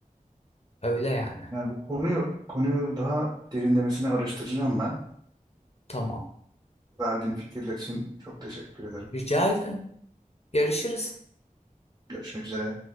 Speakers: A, on the left; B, on the right.
A: öyle yani.
B: Yani bu konuyu konuyu daha derinlemesine araştıracağım ben.
A: Tamam.
B: Verdiğin fikirler için çok teşekkür ederim.
A: Rica ederim. Yarışırız.
B: Görüşmek üzere.